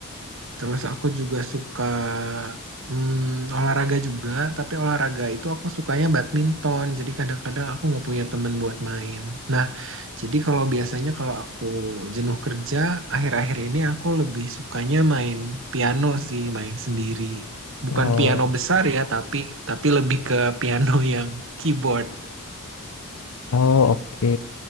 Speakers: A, on the right; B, on the left.
A: terus aku juga suka hmm, olahraga juga, tapi olahraga itu aku sukanya badminton. Jadi kadang-kadang aku nggak punya temen buat main. Nah, jadi kalau biasanya kalau aku jenuh kerja, akhir-akhir ini aku lebih sukanya main piano sih, main sendiri. Bukan
B: Oh,
A: piano besar ya, tapi tapi lebih ke piano yang keyboard.
B: oh oke.